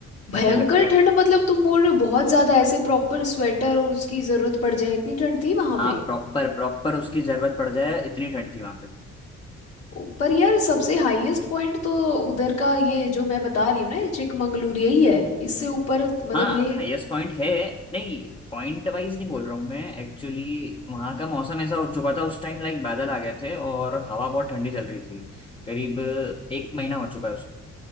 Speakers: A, on the left (about 55°); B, on the left (about 15°).
A: भयंकर
B: ऐसा ही लगता है
A: ठंड मतलब तुम बोल रहे हो बहुत ज्यादा ऐसे प्रॉपर स्वेटर और उसकी जरूरत पड़ जाए इतनी ठंड थी वहां
B: हाँ
A: पे
B: प्रॉपर प्रॉपर उसकी जरूरत पड़ जाए इतनी ठंड थी वहां पे
A: ओ, पर यार सबसे हाईएस्ट पॉइंट तो उधर का ये जो मैं बता रही हूँ ना ये चिकमंगलूर यही है इससे ऊपर मतलब
B: हाँ
A: ये
B: हाईएस्ट पॉइंट है नहीं पॉइंट वाइज नहीं बोल रहा हूँ मैं एक्चुअली वहाँ का मौसम ऐसा हो चुका था उस टाइम लाइक बादल आ गए थे और हवा बहुत ठंडी चल रही थी करीब एक महीना हो चुका है उसको